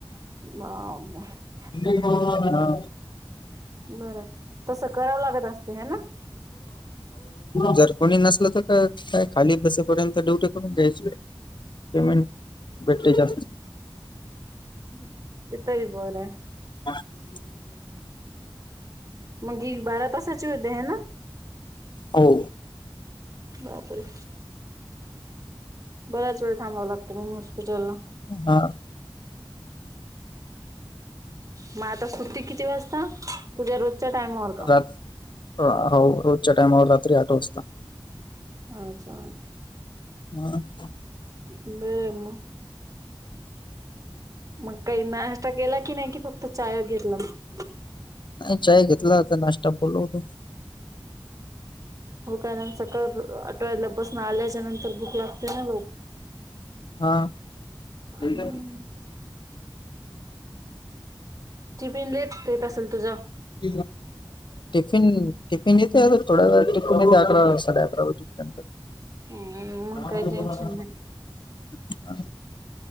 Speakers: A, on the right; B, on the left.
A: <inaudible>
B: <inaudible> हो
A: बरं तसं करावं लागत असते है ना
B: जर कोणी नसल तर का काय खाली बसेपर्यंत ड्युटी करून घ्यायची. पेमेंट भेटते जास्त.
A: <unintelligible> बर.
B: <inaudible>
A: मग ही बारा तासाची होते ह ना?
B: हो.
A: बाप रे. बराच वेळ थांबावं लागतं म हॉस्पिटला.
B: हा.
A: मग आता सुट्टी किती वाजता? तूझ्या रोज च्या टायमावर. का
B: रात हो रोजच्या टायमावर रात्री आठ वाजता.
A: अच्छा.
B: <inaudible>
A: <inaudible> मग काही नाश्ता केला की नाही कि फक्त चाय घेतला मग?
B: नाही चाय घेतला होता नाश्ता बोलवतो.
A: हो कानंतर सकाळ आठव्याला बसून आल्याच्या नंतर भूक लागते ना.
B: हा <unintelligible>
A: हम्म टिफिन लेट येत असेल तुझा?
B: <inaudible> टिफिन टिफिन येते थोड्या टिफिन येते अकरा साडे अकरा वाजेपर्यंत. <inaudible>
A: हम्म, मग काही टेन्शन नाही